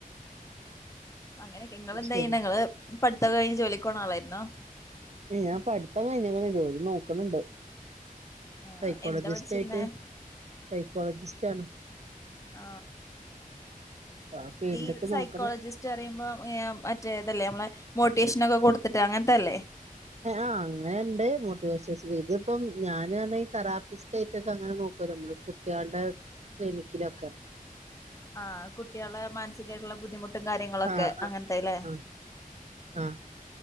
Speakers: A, on the left; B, on the right.
A: അങ്ങനെയൊക്കെ നിങ്ങള്
B: അത്
A: എന്താ
B: ശരി
A: ചെയ്യണേ നിങ്ങള് പഠിത്തമൊക്കെ കഴിഞ്ഞ് ജോലിക്ക് പോണ ആളായിരുന്നോ
B: ഏ ഞാൻ പഠിത്തം കഴിന്നാകുന്നു ജോലി നോക്കണണ്ട്
A: ആഹ്
B: സൈക്കോളജിസ്റ്റ്
A: എന്താ പഠിച്ചിരുന്നേ
B: ആയിട്ട് സൈക്കോളജിസ്റ്റ് ആണ്
A: ആ
B: ആ ഫീൽഡ്ക്ക്
A: ഈ സൈക്കോളജിസ്റ്റ്
B: നോക്കണം
A: പറിയുമ്പോ ഹെ മറ്റേ ഇതല്ലേ നമ്മളെ മോട്ടിവേഷനൊക്കെ കൊടുത്തിട്ട് അങ്ങനത്തല്ലേ
B: അ അങ്ങനെയുണ്ട് മോട്ടിവേഷ സ് ൽ ഇതിപ്പം ഞാൻ പറഞ്ഞ ഇ തെറാപ്പിസ്റ്റ് ആയിട്ടക്കെ അങ്ങനെ നോക്കുല്ലോ നമ്മള് കുട്ടികളുടെ ക്ലിനിക്കിലൊക്കെ
A: ആ കുട്ടികളെ മാനസികായിട്ടുള്ള ബുദ്ധിമുട്ട് ട്ടും കാര്യങ്ങളൊക്കെ
B: ആഹ് ആഹ്
A: അങ്ങനത്തെല്ലേ
B: ആഹ് ആഹ്